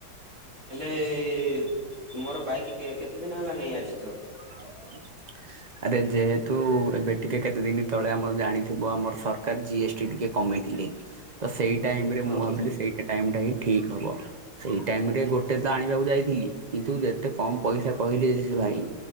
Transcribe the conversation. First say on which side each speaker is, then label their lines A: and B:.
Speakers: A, on the right; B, on the right.
A: ହେଲେ ଏ-ତୁମର ବାଇକ୍ କେ-କେତେ ଦିନ ହେଲା ନେଇ ଆସିଚ?
B: <unintelligible> ଆରେ ଯେହେତୁ ଏବେ ଟିକେ କେତେ ଦିନ ତଳେ ଆମର ଜାଣିଥିବ ଆମର ସରକାର ଜିଏସ୍ ଟି ଟିକେ କମେଇଥିଲେ ତ ସେଇ ଟାଇମରେ
A: ହଁ
B: ମୁଁ ଭାବିଲି ସେଇଟା ଟାଇମଟା ହିଁ ଠିକ୍ ହବ। ସେଇ ଟାଇମରେ ଗୋଟେ ତ ଆଣିବାକୁ ଯାଇଥିଲି କିନ୍ତୁ ଯେତେ କମ୍ ପଇସା କହିଲି ଯେ ସେ ଭାଇ